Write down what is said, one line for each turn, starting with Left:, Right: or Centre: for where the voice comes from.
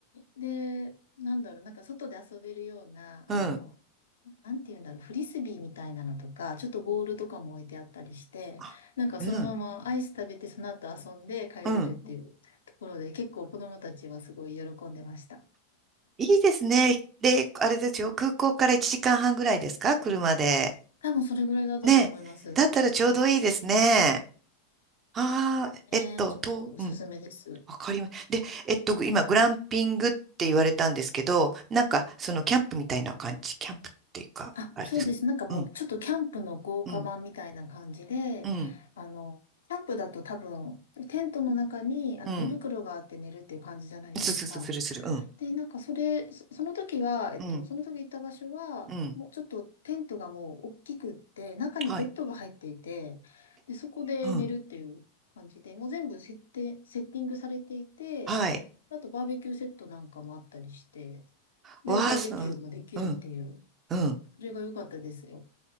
Left: で、なんだろう、なんか外で遊べるような、
Right: うん、
Left: あの、
Right: うん。
Left: なんて言うんだろう、フリスビーみたいなのとか、ちょっとボールとかも置いてあったりして、
Right: あ、
Left: なんかそのままアイス食べて、
Right: うん、
Left: その後遊んで帰れるっていうところで、
Right: うん。
Left: 結構子供たちはすごい喜んでました。
Right: いいですね。で、あれですよ、空港から1時間半ぐらいですか車で。
Left: 多分それぐらいだったと思います。
Right: ね。だったらちょうどいいですね。ああ、
Left: ねえー、
Right: えっと、
Left: ちょっとおすすめです。
Right: と、うん、わかります。で、えっと、今、グランピングって言われたんですけど、なんか、その、キャンプみたいな感じ。キャンプっていうか、
Left: あ、
Right: あれですか。
Left: そうです。なんかもうちょっとキャンプの豪華版みたいな感じで、
Right: うん、うん、うん、
Left: あの、キャンプだと多分、テントの中にあの寝袋があって寝るっていう感じじゃないですか。
Right: うん。すすすするする。うん、
Left: で、なんかそれ、そその時は、えっと、
Right: うん、
Left: その時行った場所は、
Right: うん。
Left: もうちょっとテントがもう大きくって、中にベッドが入っていて、
Right: はい、
Left: で、そこで寝るっていう感じで、
Right: うん、
Left: もう全部設定、セッティングされていて、
Right: はい。
Left: あとバーベキューセットなんかもあったりして、
Right: わあ、
Left: で、バーベキューもできるっていう、
Right: そう、うん、うん。
Left: それが良かったですよ。